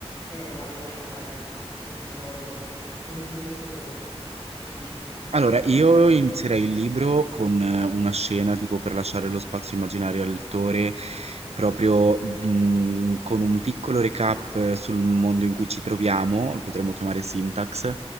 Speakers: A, on the left; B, on the right.
A: e va alla ricerca di, appunto, di loro per coin- congiungersi con loro. Che dici?
B: Allora, io inizierei il libro con eh, una scena tipo per lasciare lo spazio immaginario al lettore, proprio mm, con un piccolo recap eh, sul mondo in cui ci troviamo, lo potremmo chiamare syntax,